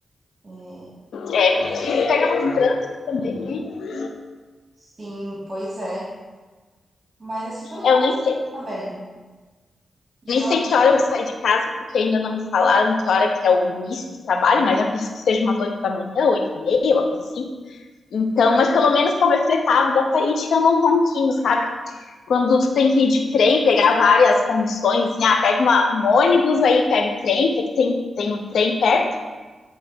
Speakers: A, on the right; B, on the left.
A: É,
B: É, porque pega muito trânsito também, né?
A: sim, pois é. Mas é super
B: É,
A: comum
B: Eu nem sei.
A: também. Geralmente,
B: Nem sei que hora eu vou sair de casa, porque ainda não me falaram que hora que é o início do trabalho, mas acredito que seja umas 8 da manhã, 8 e meia, uma coisa assim. Então, mas pelo menos comer fretado da Tahiti eu não ronquinho, sabe? Quando tu tem que ir de trem, pegar várias condições, assim, ah, pega uma, um ônibus, aí pega o trem, porque tem, tem o trem perto,